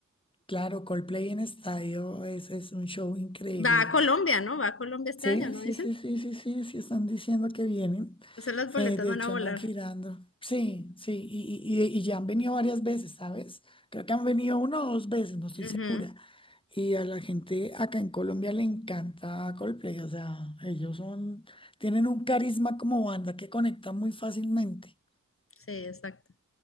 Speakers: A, on the left (about 15°); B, on the left (about 40°).
A: Claro, Coldplay en estadio es, es un show increíble.
B: Va a Colombia, ¿no? Va a Colombia este
A: Sí,
B: año, ¿no
A: sí,
B: dicen?
A: sí, sí, sí, sí, sí, están diciendo que vienen.
B: Entonces las boletas
A: Eh, de
B: van
A: hecho,
B: a volar.
A: andan girando. Sí, sí, y, y- y- y ya han venido varias veces, ¿sabes? Creo que han venido una o dos veces, no estoy
B: Ujú,
A: segura. Y a la gente acá en Colombia le encanta Coldplay, o sea, ellos son, tienen un carisma como banda que conecta muy fácilmente.
B: Sí, exacto.